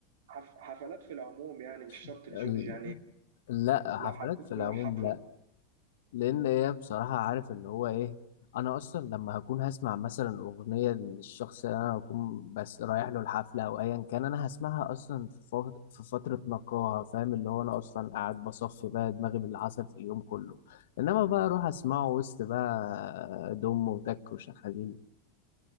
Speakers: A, on the right (about 85°); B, on the left (about 80°).
A: حف... حفلات في العموم يعني مش شرط
B: <laughs>
A: لجورج
B: ال-
A: يعني
B: لا حفلات
A: لو حبيت
B: في العموم
A: تروح حفله
B: لا لان هي بصراحه عارف اللي هو ايه انا اصلا لما هكون هسمع مثلا اغنيه للشخص اللي انا هكون بس رايح له الحفله او ايا كان انا هسمعها اصلا في فت- في فتره نقاهه فاهم اللي هو انا اصلا قاعد بصفي بقى دماغي باللي حصل في اليوم كله انما بقى اروح اسمعه وسط بقى دم وتك وشخاليل